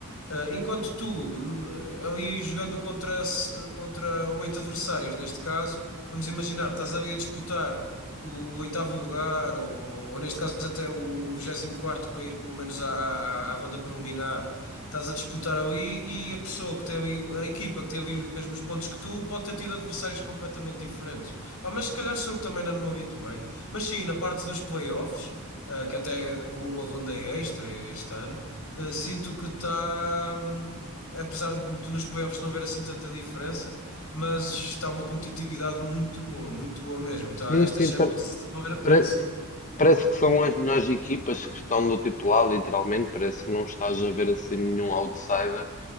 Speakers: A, on the left; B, on the left.
A: Uh, enquanto tu, n- uh, ali jogando contra, s- contra oito adversários, neste caso, vamos imaginar, estás ali a disputar o, o oitavo lugar, ou, ou neste caso até o vigésimo quarto para ir pelo menos à, à, à ronda preliminar, estás a disputar ali e a pessoa que tem ali, a equipa que tem ali os mesmos pontos que tu, pode ter tido adversários completamente diferentes. Pá, mas se calhar sou eu que também ainda não me habituei. Mas sim, na parte dos playoffs, uh, que até houve uma ronda extra este ano. Uh, Sinto que está, hum, apesar de de nos playoffs não haver assim tanta diferença, mas está uma competitividade muito boa, muito boa mesmo.
B: Sim,
A: Tá? Esta
B: sim,
A: Champions
B: pa-
A: está a valer a
B: pare-
A: pena, sim.
B: parece que são as melhores equipas que estão do tipo lá, literalmente. Parece que não estás a ver assim nenhum outsider, de